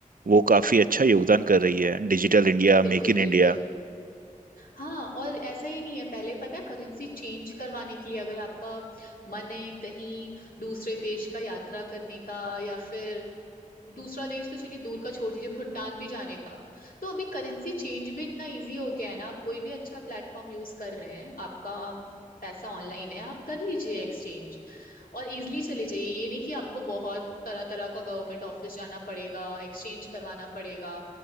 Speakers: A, on the right; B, on the left.
A: वो काफी अच्छा योगदान कर रही है digital India
B: बिल्कुल
A: make in India
B: बिल्कुल हाँ और ऐसा ही नहीं है पहले पता है करेंसी चेंज करवाने के लिए अगर आपका मन है कहीं दूसरे देश का यात्रा करने का या फिर दूसरा देश तो चलिए दूर का छोड़ दीजिए भूटान भी जाने का तो अभी करेंसी चेंज भी इतना इजी हो गया है ना आप कोई भी अच्छा प्लेटफॉर्म यूज कर रहे हैं आपका पैसा ऑनलाइन है आप कर लीजिए एक्सचेंज और इजिली चले जाइए ये नहीं कि आपको बहुत तरह तरह का गवर्नमेंट ऑफिस जाना पड़ेगा एक्सचेंज करवाना पड़ेगा